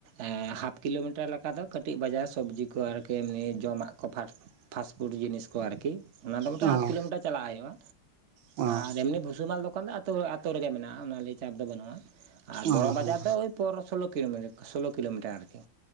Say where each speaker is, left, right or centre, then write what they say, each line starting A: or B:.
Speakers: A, on the right; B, on the right.
A: ᱮᱸᱻᱮᱸ ᱦᱟᱯ ᱠᱤᱞᱳᱢᱤᱴᱟᱨ ᱞᱮᱠᱟ ᱫᱚ ᱠᱟᱹᱴᱤᱡ ᱵᱟᱡᱟᱨ ᱥᱚᱵᱽᱡᱤ ᱠᱚ ᱟᱨᱠᱤ ᱮᱢᱱᱤ ᱡᱚᱢᱟᱜ ᱠᱚ ᱯᱷᱟᱴ ᱯᱷᱟᱥᱯᱷᱩᱰ ᱡᱤᱱᱤᱥ ᱠᱚ ᱟᱨᱠᱤ ᱚᱱᱟ ᱫᱚ ᱢᱤᱫᱴᱮᱱ
B: ᱚᱸ
A: ᱦᱟᱯ ᱠᱤᱞᱳᱢᱤᱴᱟᱨ ᱪᱟᱞᱟᱜ ᱦᱩᱭᱩᱜᱼᱟ
B: ᱚᱸ
A: ᱟᱨ ᱮᱢᱱᱤ ᱵᱷᱩᱥᱤ ᱢᱟᱞ ᱫᱚᱠᱟᱱ ᱫᱚ ᱟᱛᱳ ᱟᱛᱳ ᱨᱮᱜᱮ ᱢᱮᱱᱟᱜᱼᱟ ᱚᱱᱟ ᱞᱤᱭᱮ ᱪᱟᱯ ᱫᱚ ᱵᱟᱹᱱᱩᱜᱼᱟ ᱟᱨ
B: ᱚᱸ
A: ᱵᱚᱲᱚ
B: ᱦᱚᱸ
A: ᱵᱟᱡᱟᱨ ᱫᱚ ᱳᱭ ᱯᱚᱱᱮᱨ ᱥᱳᱞᱳ ᱠᱤᱞᱳ ᱥᱳᱞᱳ ᱠᱤᱞᱳᱢᱤᱴᱟᱨ ᱟᱨᱠᱤ